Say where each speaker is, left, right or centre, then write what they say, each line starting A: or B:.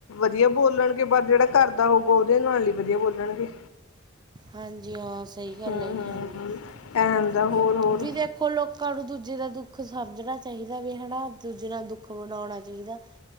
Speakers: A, on the left; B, on the right.
A: ਵਧੀਆ ਬੋਲਣਗੇ ਪਰ ਜਿਹੜਾ ਘਰਦਾ ਹੋਊਗਾ ਉਹਦੇ ਨਾਲ ਹੀ ਵਧੀਆ ਬੋਲਣਗੇ
B: ਹਾਂਜੀ ਹਾਂ ਸਹੀ ਗੱਲ
A: ਹੂੰ ਹੂੰ
B: ਹੈ ਜ ਹਾਂਜੀ
A: ਐ ਹੁੰਦਾ ਹੋਰ ਹੋਰ
B: ਵੀ ਦੇਖੋ ਲੋਕਾਂ ਨੂੰ ਦੂਜੇ ਦਾ ਦੁੱਖ ਸਮਝਣਾ ਚਾਹੀਦਾ ਵੀ ਹਨਾ ਦੂਜੇ ਨਾਲ ਦੁੱਖ ਬਣਾਉਣਾ ਚਾਹੀਦਾ